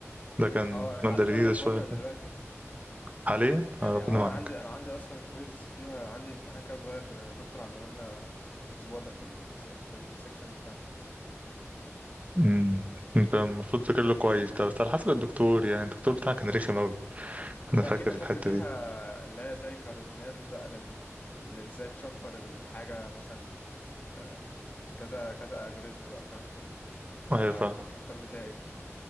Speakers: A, on the right; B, on the left.
A: ده كان
B: اه انت
A: مادة
B: عارف
A: جديدة
B: ان انا باخدها
A: شوية
B: دلوقتي
A: كده حاليا
B: يعني
A: آه، ربنا
B: اه
A: معاك
B: انا عندي انا عندي اصلا كويز فيها عندي امتحان كده صغير آه، دكتور عامله لنا الاسبوع ده في ال في السكشن بتاعنا
A: مم. انت المفروض تذاكر له كويس ده بس على حسب الدكتور يعني الدكتور بتاعك كان رخم أوي
B: انت
A: أنا فاكر
B: اكيد اخدت
A: الحتة
B: فيها
A: دي
B: اللي هي زي خوارزميات بقى لل ازاي تشفر الحاجه مثلا آه، كذا كذا الجوريزم بقى فاهم
A: أيوة
B: ولا
A: فاهم
B: كنتوا بتاخدوا فيها ايه